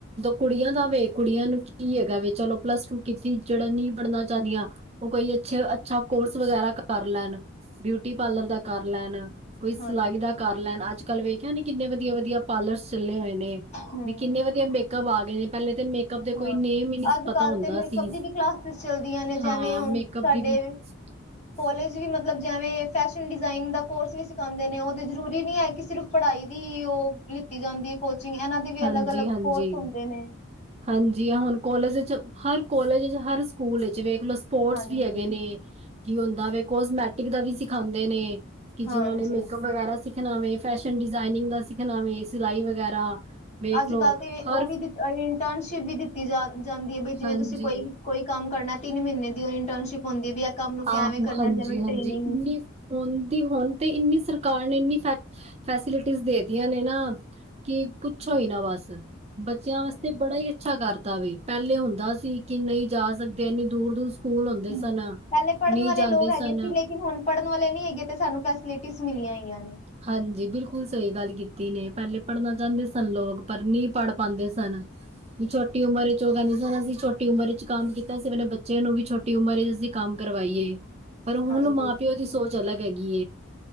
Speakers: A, on the right (about 30°); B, on the left (about 30°).
A: ਕੁੜੀਆਂ ਦਾ ਵੇ, ਕੁੜੀਆਂ ਨੂੰ ਕੀ ਹੈਗਾ ਵ ਚਲੋ। ਪਲੱਸ ਟੂ ਕੀਤੀ ਜਿਹੜਾ ਨਹੀਂ ਪੜ੍ਹਨਾ ਚਾਹੁੰਦੀਆਂ। ਉਹ ਕੋਈ ਅੱਛੇ-ਅੱਛਾ ਕੋਰਸ ਵਗੈਰਾ ਕਰ ਲੈਣ। ਬਿਊਟੀ ਪਾਰਲਰ ਦਾ ਕਰ ਲੈਣ। ਕੋਈ ਸਿਲਾਈ
B: ਹਾਂਜੀ
A: ਦਾ ਕਰ ਲੈਣ ਅੱਜ-ਕੱਲ ਵੇਖਿਆ ਨੇ, ਕਿੰਨੇ ਵਧੀਆ-ਵਧੀਆ ਪਾਰਲਰਸ ਚੱਲੇ ਹੋਏ ਨੇ।
B: ਹਮ
A: ਵੀ ਕਿੰਨੇ ਵਧੀਆ ਮੇਕਅਪ ਆ ਗਏ ਨੇ। ਪਹਿਲੇ ਤੇ ਮੇਕ ਮੇਕਅਪ ਦੇ
B: ਹਾਂ
A: ਕੋਈ ਨੇਮ ਹੀ, ਨਹੀਂ
B: ਅੱਜ
A: ਪਤਾ
B: ਕੱਲ੍ਹ
A: ਹੁੰਦਾ
B: ਤੇ ਮੇਕਅਪ
A: ਸੀ।
B: ਦੀ ਵੀ ਕਲਾਸਿਸ ਚੱਲਦੀਆਂ ਨੇ ਜਿਵੇਂ
A: ਹਾਂ
B: ਹੁਣ
A: ਮੇਕਅਪ
B: ਸਾਡੇ
A: ਦੀ ਵੀ ਹਾਂਜੀ।
B: ਕੋਲਜ ਵੀ ਮਤਲਬ ਜਿਵੇਂ ਫੈਸ਼ਨ ਡਿਜ਼ਾਇਨਿੰਗ ਦਾ ਕੋਰਸ ਵੀ, ਸਿਖਉਂਦੇ ਨੇ ਉਹ ਤਾਂ ਜ਼ਰੂਰੀ ਨਹੀਂ ਹੈ। ਕਿ ਸਿਰਫ ਪੜ੍ਹਾਈ ਦੀ ਉਹ ਲਿੱਤੀ ਜਾਂਦੀ ਹੈ ਕੋਚਿੰਗ ਇਹਨਾਂ ਦੇ, ਵੀ
A: ਹਾਂਜੀ
B: ਅਲੱਗ-ਅਲੱਗ
A: ਹਾਂਜੀ
B: ਕੋਰਸ ਹੁੰਦੇ ਨੇ।
A: ਹਾਂਜੀ ਹੁਣ ਕੋਲਜ ਵਿੱਚ ਹਰ ਕੋਲੇਜ ਚ, ਹਰ ਸਕੂਲ ਵਿੱਚ ਵੇਖ ਲਵੋ। ਸਪੋਰਟਸ
B: ਹਾਂਜੀ
A: ਵੀ, ਹੈਗੇ ਨੇ ਕੀ ਹੁੰਦਾ ਵ, ਕੋਸਮੈਟਿਕ ਦਾ ਵੀ ਸਿਖਾਉਂਦੇ ਨੇ। ਕਿ ਜਿਨਾਂ
B: ਹਾਂਜੀ
A: ਨੇ ਮੇਕਅਪ ਵਗੈਰਾ ਸਿੱਖਣਾ ਵੇ। ਫੈਸ਼ਨ ਡਿਜ਼ਾਇਨਿੰਗ ਦਾ ਸਿੱਖਣਾ ਵ, ਸਿਲਾਈ ਵਗੈਰਾ। ਵੇਖ
B: ਅੱਜ-ਕੱਲ੍ਹ
A: ਲੋ
B: ਤੇ
A: ਹਰ
B: ਉਹ ਵੀ ਇੰਟਰਨਸ਼ਿਪ ਵੀ, ਦਿੱਤੀ ਜਾ ਜਾਂਦੀ ਹੈ। ਬਈ ਜਿਵੇਂ
A: ਹਾਂਜੀ
B: ਤੁਸੀਂ ਕੋਈ ਵੀ ਕੋਈ ਕੰਮ ਕਰਨਾ ਤਿੰਨ ਮਹੀਨੇ ਦੀ, ਉਹ ਇੰਟਰਨਸ਼ਿਪ ਹੁੰਦੀ ਵੀ। ਕੰਮ ਨੂੰ ਕਿਵੇਂ
A: ਆਹੋ
B: ਕਰਨਾ
A: ਹਾਂਜੀ-ਹਾਂਜੀ
B: ਜਿਵੇਂ ਟ੍ਰੇਨਿੰਗ
A: ਇਨੀ ਹ ਦੀ ਹੁਣ ਤੇ ਇੰਨੀ ਸਰਕਾਰ ਨੇ, ਇੰਨੀ ਫੈਕ ਫੈਸਿਲਿਟੀਜ ਦੇ ਦੀਆਂ ਨੇ, ਨਾ ਕਿ ਪੁੱਛੋ ਹੀ ਨਾ ਬਸ। ਬੱਚਿਆਂ ਵਾਸਤੇ
B: ਹਾਂਜੀ
A: ਬੜਾ ਹੀ, ਅੱਛਾ ਕਰਤਾ ਵੀ, ਪਹਿਲੇ ਹੁੰਦਾ ਸੀ ਕਿ ਨਹੀਂ ਜਾ ਸਕਦੇ ਇੰਨੀ ਦੂਰ-ਦੂਰ। ਸਕੂਲ ਹੁੰਦੇ
B: ਹੂੰ
A: ਸਨ। ਨਹੀਂ
B: ਪਹਿਲੇ ਪੜ੍ਹਨ ਵਾਲੇ
A: ਜਾਂਦੇ
B: ਲੋਕ ਹੈਗੇ
A: ਸਨ।
B: ਸੀ। ਲੇਕਿਨ ਹੁਣ ਪੜ੍ਹਨ ਵਾਲੇ ਨੀ ਹੈਗੇ ਤੇ ਸਾਨੂੰ ਫੈਸਿਲਿਟੀਜ਼ ਮਿਲੀਆਂ ਹੋਈਆਂ ਨੇ।
A: ਹਾਂਜੀ ਬਿਲਕੁਲ ਸਹੀ ਗੱਲ ਕੀਤੀ ਨੇ, ਪਹਿਲੇ ਪੜ੍ਹਨਾ ਚਾਹੁੰਦੇ ਸਨ। ਲੋਕ ਪਰ ਨਹੀਂ ਪੜ੍ਹ ਪਾਉਂਦੇ ਸਨ। ਵੀ, ਛੋਟੀ ਉਮਰ ਚ, ਉਹ ਕਹਿੰਦੇ ਸੀ। ਅਸੀਂ ਛੋਟੀ ਉਮਰ ਚ, ਕੰਮ ਕੀਤਾ ਸੀ ਆਪਣੇ ਬੱਚਿਆਂ ਨੂੰ ਵੀ, ਛੋਟੀ ਉਮਰ ਚ, ਅਸੀਂ ਕੰਮ ਕਰਵਾਈਏ ਪਰ ਹੁਣ
B: ਹਾਂਜੀ
A: ਮਾਂ ਪਿਓ ਦੀ ਸੋਚ ਅਲੱਗ ਹੈਗੀ।